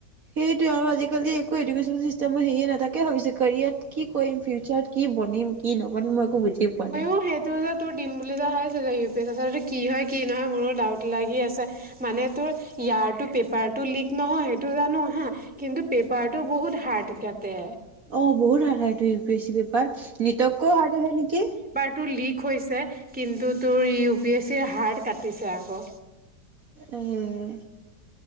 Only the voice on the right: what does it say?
সেইটোৱে আৰু আজিকালি একো এডুকেশন চিষ্টেমো সেইয়া নাথাকে, তাকে ভাবিছো কেৰিয়া কি কৰিম? ফিউচাৰত কি বনিম কি নবনিম মই একো বুজি পোৱা নাই।
অ বহুত হাৰ্ড আহেটো U P S C paper, নিটতকৈয়ো হাৰ্ড আহে নেকি?
উম